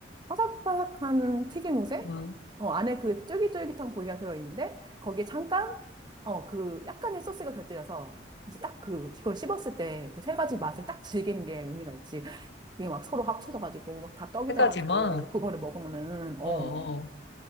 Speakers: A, on the right; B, on the left.
A: 바삭바삭한 튀김옷에
B: 어,
A: 어, 안에 그 쫄깃쫄깃한 고기가 들어있는데 거기에 잠깐 어, 그 약간의 소스가 곁들여서 이제 딱 그, 그걸 씹었을 때 그 세 가지 맛을 딱 즐기는 게 의미가 있지. 그게 막 서로 합쳐져가지고 막 다 떡이
B: 세
A: 돼가지고
B: 가지만.
A: 그거를 먹으면은 어.
B: 어, 어.